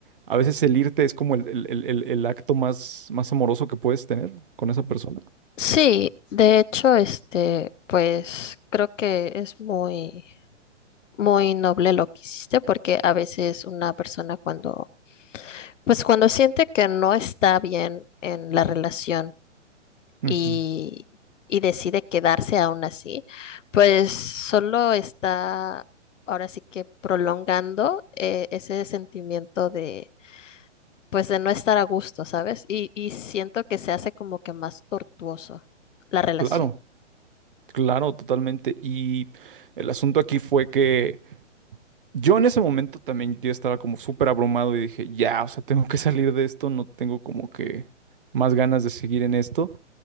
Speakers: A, on the right; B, on the left.
A: a veces el irte es como el, el- el- el- el acto más, más amoroso que puedes tener con esa persona?
B: Sí, de hecho, este, pues creo que es muy, muy noble lo que hiciste, porque a veces una persona cuando Pues cuando siente que no está bien en la relación
A: Ujú.
B: y, y decide quedarse aún así, pues solo está ahora sí que prolongando eh, ese sentimiento de, pues de no estar a gusto, ¿sabes? Y, y siento que se hace como que más tortuoso la relación.
A: Claro, claro, totalmente. Y el asunto aquí fue que... Yo en ese momento también yo estaba como súper abrumado y dije, ya, o sea, tengo que salir de esto, no tengo como que más ganas de seguir en esto.